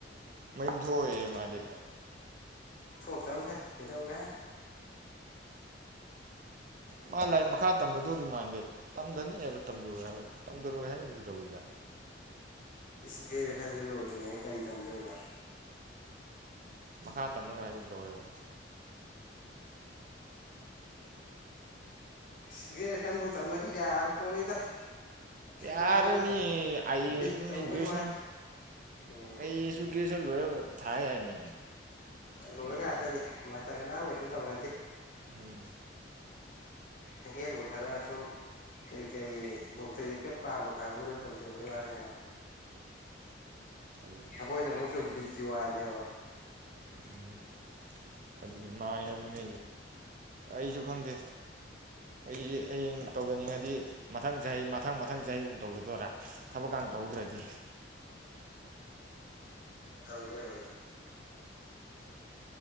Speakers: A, on the right (about 45°); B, on the left (about 45°).
A: ꯃꯌꯨꯝ ꯊꯣꯛꯑꯦꯏꯌꯦ ꯃꯥꯗꯤ
B: ꯊꯣꯛꯇꯝ ꯐꯩ ꯀꯩꯗꯧꯒꯦ
A: ꯃꯥ ꯂꯥꯏ ꯃꯈꯥ ꯇꯝꯗꯗꯧꯔꯤ ꯃꯥꯟꯗꯦ ꯇꯝꯗꯅꯤ ꯍꯥꯏꯕ ꯇꯝꯗꯔꯣꯏ ꯍꯥꯏꯕ ꯇꯝꯗꯔꯣꯏ ꯍꯥꯏꯔꯤꯕꯅꯤ ꯇꯧꯋꯤꯗ
B: ꯏꯁꯤꯡ ꯀꯨꯁꯟꯁ ꯂꯣꯏꯗ꯭ꯔꯤꯉꯩ ꯀꯒꯥꯔꯤ ꯇꯝꯗꯣꯏꯔꯤꯕꯅ
A: ꯃꯈꯥ ꯇꯝꯅꯔꯣꯏ ꯍꯥꯏꯒꯨꯝ ꯇꯧꯋꯦꯕꯣ
B: ꯁꯤꯒꯦ ꯁꯟꯐꯧ ꯇꯝꯃꯗꯤ ꯌꯥꯔ ꯄꯣꯠꯅꯤꯗ ꯁꯨꯝ
A: ꯌꯥꯔ
B: ꯑꯩꯈꯣꯏꯅ
A: ꯃꯤ ꯑꯥꯏ ꯑꯦꯁꯨ
B: ꯕꯤꯠ
A: ꯑꯣ
B: ꯇꯧꯕꯩ
A: ꯃꯤ ꯒ꯭ꯔꯦꯁꯟ
B: ꯋꯥꯅꯤ ꯎꯝ
A: ꯑꯁ <unintelligible> ꯂꯣꯏꯔꯒ ꯊꯥ ꯌꯥꯏ ꯃꯤ
B: ꯂꯣꯏꯔ
A: ꯅꯠꯇ꯭ꯔꯥ
B: ꯉꯥꯛꯇꯅꯤ ꯃꯥꯁꯇꯔ ꯀꯅꯥꯝ ꯀꯩꯁꯨ ꯇꯧꯅꯗꯦ
A: ꯎꯝ
B: ꯑꯍꯦꯟꯕ ꯈꯔ ꯁꯨꯝ ꯀꯔꯤ ꯀꯔꯤ ꯗꯣꯛꯇꯔꯒꯤ ꯈꯔ ꯄꯥꯝꯕ ꯀꯥꯡꯕꯨꯅ ꯇꯧꯖꯕꯩ ꯋꯥꯅꯦꯕ
A: ꯑꯗꯨꯅꯤ
B: ꯑꯩꯈꯣꯏꯅ ꯑꯃꯨꯛ ꯁꯝ ꯕꯤꯠꯀꯤ ꯋꯥꯅꯦꯕ
A: ꯎꯝ ꯑꯗꯨꯅꯤ ꯃꯥꯅꯦ ꯑꯗꯨꯅꯤ ꯑꯩꯖꯨ ꯈꯪꯗꯦ ꯑꯩ ꯍꯌꯦꯡ ꯇꯧꯖꯅꯤꯡꯉꯗꯤ ꯃꯊꯪ ꯆꯍꯤ ꯃꯊꯪ ꯃꯊꯪ ꯆꯍꯤꯒꯨꯝ ꯇꯧꯖꯗꯣꯏꯔꯥ ꯊꯕꯛꯀꯥꯟ ꯇꯧꯍꯧꯗ꯭ꯔꯗꯤ
B: <unintelligible>